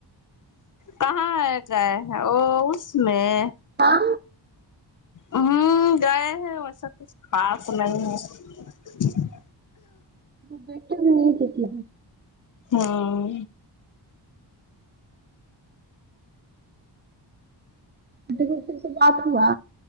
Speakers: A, on the left (about 45°); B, on the right (about 25°).
A: کہاں آ گئے ہیں وہ اس میں
B: ہاں
A: ہوں گئے ہیں ویسا کچھ خاص نہیں ہے
B: دیکھ بھی نہیں کسی
A: ہاں
B: پھر سے بات ہوا